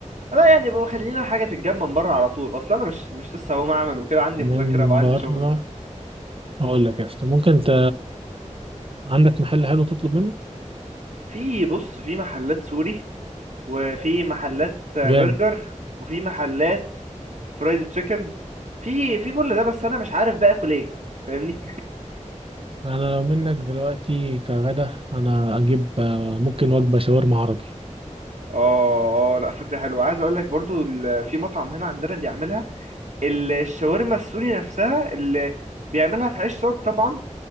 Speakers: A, on the right (about 65°); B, on the right (about 45°).
A: لا يعني بقى خلينا حاجه تتجمع من بره على طول اصل انا مش مش لسه هقوم اعمل وكده عندي مذاكره
B: من
A: وعندي
B: بره
A: شغل
B: هقول لك يا اسطى ممكن أنت عندك محل حلو تطلب منه؟
A: في بص في محلات سوري وفي محلات آه،
B: جامد
A: برجر وفي محلات فرايد تشيكن في في كل ده بس انا مش عارف بقى اكل ايه فاهمني
B: أنا لو منك دلوقتي كغدا أنا أجيب آه، ممكن وجبة شاورما عربي
A: اه اه لا فكرة حلوة عايز اقول لك برضو ال- في مطعم هنا عندنا بيعملها الشاورما السوري نفسها اللي بيعملها في عيش صاج طبعا